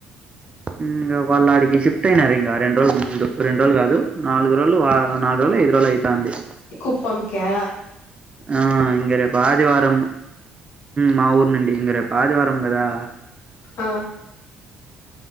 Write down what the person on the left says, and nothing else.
కుప్పం కా
ఆ